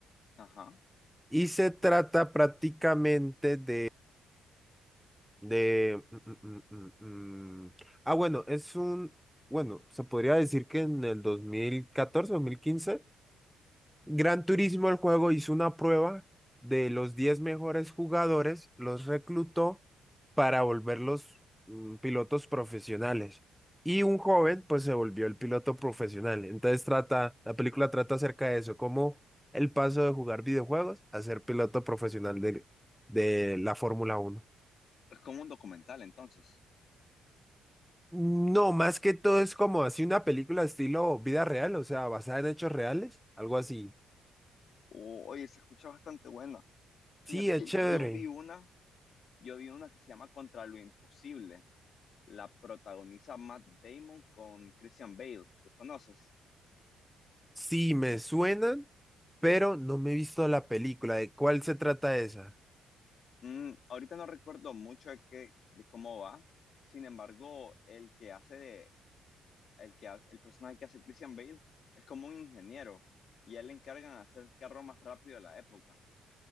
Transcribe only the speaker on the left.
Ajá.
Es como un documental entonces.
O- oye, se escucha bastante buena. Fíjate
que
yo vi una, yo vi una que se llama Contra lo Imposible. La protagoniza Matt Damon con Christian Bale. ¿Los conoces?
Mm, ahorita no recuerdo mucho de qué, de cómo va. Sin embargo, el que hace de el, que, ha- el personaje que hace Christian Bale es como un ingeniero y a él le encargan de hacer el carro más rápido de la época.